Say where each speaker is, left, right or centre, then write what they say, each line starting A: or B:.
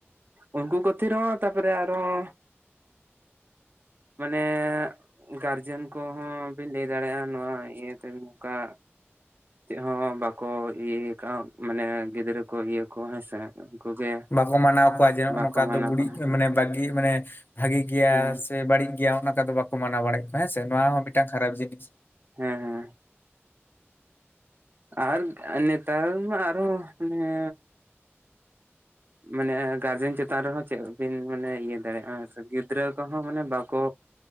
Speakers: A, on the right (about 50°); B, on the left (about 45°).
A: ᱚᱝᱠᱩ ᱠᱟᱹᱛᱷᱤᱨ ᱚᱸ ᱛᱟᱯᱟᱨᱮ ᱟᱨᱚᱸ ᱢᱟᱱᱮᱜ ᱜᱟᱨᱡᱮᱱ ᱠᱚᱶᱦᱚᱸ ᱵᱤᱱ ᱞᱟᱹᱭ ᱫᱟᱬᱮᱜᱼᱟᱸ ᱱᱚᱣᱟ ᱤᱭᱟᱹᱛᱮ ᱱᱚᱝᱠᱟ ᱪᱮᱜ ᱦᱚᱸ ᱵᱟᱠᱚ ᱤᱭᱟᱹᱭ ᱠᱟᱜᱼᱟᱸ ᱢᱟᱱᱮ ᱜᱤᱫᱽᱨᱟᱹ ᱠᱚ, ᱤᱭᱟᱹ ᱠᱚ ᱦᱮᱸᱥᱮ᱾ ᱩᱝᱠᱩᱩ ᱜᱮ
B: ᱵᱟᱠᱚ ᱢᱟᱱᱟᱣ ᱠᱚᱣᱟ ᱡᱮ ᱱᱚᱜᱼᱚ
A: ᱵᱟᱠᱚ
B: ᱱᱚᱠᱟ
A: ᱢᱟᱱᱟᱣ
B: ᱫᱚ ᱵᱩᱲᱤᱜ
A: ᱠᱚ ᱦᱮᱸ
B: ᱢᱟᱱᱮ ᱵᱟᱜᱤ ᱢᱟᱱᱮ ᱵᱷᱟᱜᱤ ᱜᱮᱭᱟ
A: ᱦᱮᱸ
B: ᱥᱮ ᱵᱟᱲᱤᱜ ᱜᱮᱭᱟ ᱚᱱᱠᱟ ᱫᱚ ᱵᱟᱠᱚ ᱢᱟᱱᱟᱣ ᱵᱟᱲᱟᱭᱮᱜ ᱠᱚᱣᱟ ᱦᱮᱸᱥᱮ, ᱱᱚᱣᱟ ᱦᱚᱸ ᱢᱤᱴᱟᱝ ᱠᱷᱟᱨᱟᱯ ᱡᱤᱱᱤᱥ᱾
A: ᱦᱮᱸ-ᱦᱮᱸ᱾ ᱟᱨᱜ ᱱᱮᱛᱟᱨ ᱢᱟ ᱟᱨᱦᱚᱸ ᱮᱱᱮ ᱢᱟᱱᱮ ᱠᱟᱨᱡᱮᱱ ᱪᱮᱛᱟᱱ ᱨᱮᱦᱚᱸ ᱪᱮᱜ ᱵᱤᱱ ᱢᱟᱱᱮ ᱤᱭᱟᱹ ᱫᱟᱬᱮᱜᱼᱟ ᱜᱤᱫᱽᱨᱟᱹᱠ ᱠᱚᱦᱚᱸ ᱢᱟᱱᱮ ᱵᱟᱠᱚ